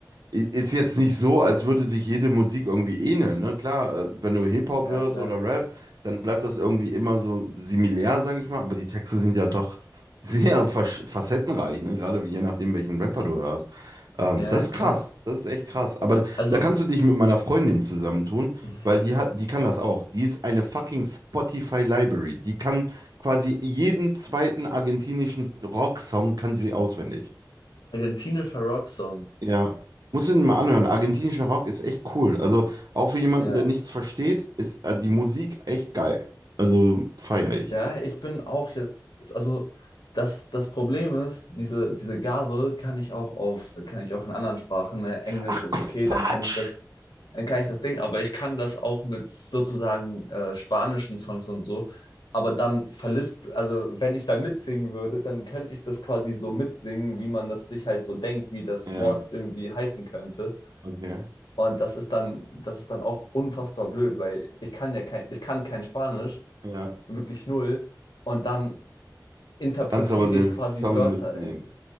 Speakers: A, on the right (about 60°); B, on the left (about 80°).
A: Ist jetzt nicht so, als würde sich jede Musik irgendwie ähneln, ne? Klar, äh, wenn du Hip-Hop
B: ja,
A: hörst
B: klar.
A: oder Rap, dann bleibt das irgendwie immer so similär, sag ich mal, aber die Texte sind ja doch <laughs> sehr versch- facettenreich, ne? Gerade je nachdem, welchen Rapper du hörst. Ähm,
B: Ja,
A: das ist
B: klar.
A: krass, das ist echt krass. Aber da,
B: Also,
A: da kannst du dich mit meiner Freundin zusammentun,
B: <laughs>
A: weil die hat, die kann das auch. Die ist eine fucking Spotify Library. Die kann quasi jeden zweiten argentinischen Rocksong kann sie auswendig.
B: argentinischer Rocksong.
A: Ja, musst du ihn mal anhören. Argentinischer Rock ist echt cool. Also auch für jemanden,
B: Ja.
A: der nichts versteht, ist äh, die Musik echt geil. Also feiere ich.
B: Ja, ich bin auch jetzt, also das, das Problem ist, diese, diese Gabe kann ich auch auf, kann ich auch in anderen Sprachen, ne? Englisch
A: Ach
B: ist okay,
A: Quatsch!
B: dann kann ich das, dann kann ich das Ding, aber ich kann das auch mit sozusagen äh, spanischen Songs und so, aber dann verlisp, also wenn ich dann mitsingen würde, dann könnte ich das quasi so mitsingen, wie man das sich halt so denkt, wie das
A: Ja,
B: Wort irgendwie heißen könnte.
A: okay.
B: Und das ist dann, das ist dann auch unfassbar blöd, weil ich kann ja kein, ich kann kein Spanisch,
A: <laughs> Ja.
B: wirklich null. Und dann interpretiere
A: Kannst aber den
B: ich
A: Song
B: quasi Wörter
A: mitnehmen.
B: in,